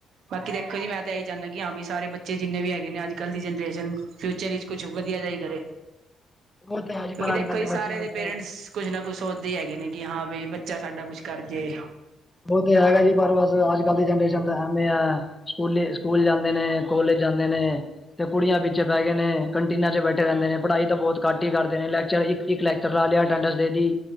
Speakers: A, on the right; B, on the left.
A: ਬਾਕੀ ਦੇਖੋ ਜੀ ਮੈਂ ਤਾਂ ਇਹੀ ਚਾਹੁੰਦਾ ਕਿ ਹਾਂ ਵੀ ਸਾਰੇ ਬੱਚੇ ਜਿੰਨੇ ਵੀ ਹੈਗੇ ਨੇ ਅੱਜ ਕੱਲ੍ਹ ਦੀ ਜਨਰੇਸ਼ਨ ਫਿਊਚਰ ਵਿੱਚ ਕੁਛ ਵਧੀਆ ਜਾ ਹੀ ਕਰੇ
B: ਉਹ ਤਾਂ ਹੈ ਜੀ
A: ਕਿਉਂਕਿ
B: ਪਰ
A: ਦੇਖੋ
B: ਅੱਜ ਕੱਲ੍ਹ
A: ਜ ਸਾਰੇ
B: ਬੱਚੇ ਮਤਲਬ
A: ਦੇ ਪੇਰੈਂਟਸ ਕੁਛ ਨਾ ਕੁਛ ਸੋਚਦੇ ਹੈਗੇ ਨੇ ਕਿ ਹਾਂ ਬਈ ਬੱਚਾ ਸਾਡਾ ਕੁਛ ਕਰ ਜੇ
B: ਉਹ ਤੇ ਹੈਗਾ ਜੀ ਪਰ ਬਸ ਅੱਜ ਕੱਲ ਦੀ ਜਨਰੇਸ਼ਨ ਤਾਂ ਐਵੇਂ ਆ ਸਕੂਲੀ ਸਕੂਲ ਜਾਂਦੇ ਨੇ ਕੋਲੇਜ ਜਾਂਦੇ ਨੇ ਤੇ ਕੁੜੀਆਂ ਪਿੱਛੇ ਪੈ ਗਏ ਨੇ ਕੰਟੀਨ 'ਚ ਬੈਠੇ ਰਹਿੰਦੇ ਨੇ ਪੜ੍ਹਾਈ ਬਹੁਤੱਟ ਹੀ ਕਰਦੇ ਨੇ ਲੈਕਰ ਇੱਕ ਲੈਕਚਰ ਲਿਆ ਅਟੈਂਡੈਂਸ ਦੇ ਦੀ